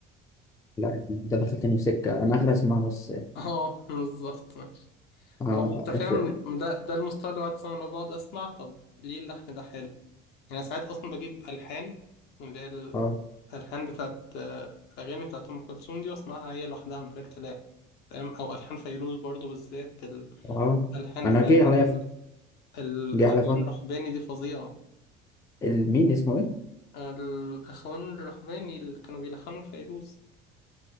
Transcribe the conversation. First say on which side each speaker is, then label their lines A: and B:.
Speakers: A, on the left; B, on the left.
A: لا انت دخلتني في سكة انا اخر اسمع بس
B: اه <laughs> بالظبط
A: اه
B: هو انت فاهم
A: انت-
B: ده ده المستوى اللي بعد سنة اللي هو بقعد اسمع طب ليه اللحن ده حلو يعني ساعات اصلا بجيب الحان اللي هي
A: اه
B: الألحان بتاعت آه، الأغاني بتاعت أم كلثوم دي بسمعها هي لوحدها من غير كلام فاهم أو ألحان فيروز برضو بالذات
A: اه
B: الألحان
A: انا
B: بتاعت
A: جاي عليا
B: ال-
A: ف-
B: الأخوان
A: جاي على فترة
B: الرحباني دي فظيعة
A: مين اسمه ايه
B: الأخوان الرحباني اللي كانوا بيلحنوا لفيروز